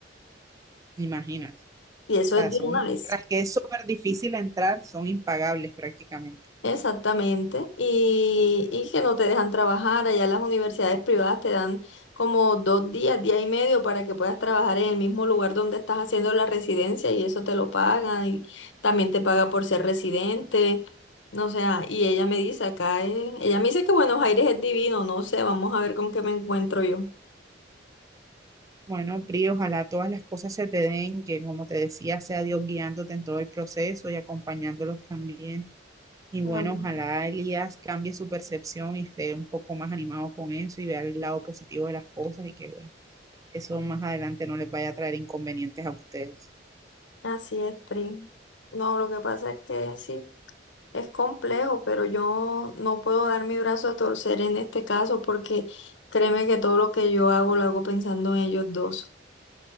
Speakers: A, on the right; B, on the left.
A: imagínate. O
B: Y eso
A: sea,
B: es de
A: son,
B: una vez.
A: tras que es súper difícil entrar, son impagables prácticamente.
B: Exactamente, y, y que no te dejan trabajar. Allá las universidades privadas te dan como dos días, día y medio para que puedas trabajar en el mismo lugar donde estás haciendo la residencia y eso te lo pagan y también te paga por ser residente. No sea, y ella me dice acá, eh, ella me dice que Buenos Aires es divino, no sé, vamos a ver con qué me encuentro yo.
A: Bueno, Pri, ojalá todas las cosas se te den, que como te decía, sea Dios guiándote en todo el proceso y acompañándolos también. Y bueno,
B: Am,
A: ojalá Elías cambie su percepción y esté un poco más animado con eso y vea el lado positivo de las cosas y que, bueno, eso más adelante no les vaya a traer inconvenientes a ustedes.
B: Así es, Pri. No, lo que pasa es que sí. Es complejo, pero yo no puedo dar mi brazo a torcer en este caso porque créeme que todo lo que yo hago lo hago pensando en ellos dos.